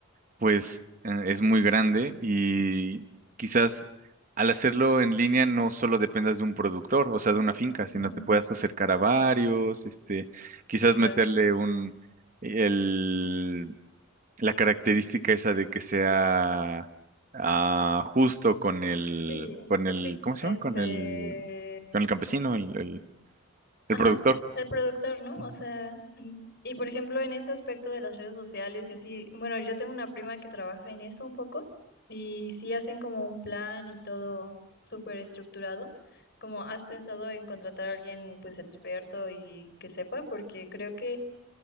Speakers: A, on the right; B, on the left.
A: pues eh, es muy grande y quizás al hacerlo en línea no solo dependas de un productor, o sea, de una finca,
B: ujú,
A: sino te puedas acercar a
B: Sí,
A: varios, este, quizás
B: sí, claro.
A: meterle un... El, la característica esa de que sea ah, justo con el,
B: Sí,
A: con el,
B: sí,
A: ¿cómo se
B: este,
A: llama? Con el, con el campesino, el, el, el
B: Ajá,
A: productor.
B: el productor, ¿no?
A: Ujú.
B: O sea, mm, y por ejemplo, en ese aspecto de las redes sociales y así, bueno, yo tengo una prima que trabaja en eso un poco y sí hacen como un plan y todo súper estructurado. Como has pensado en contratar a alguien pues experto y que sepa, porque creo que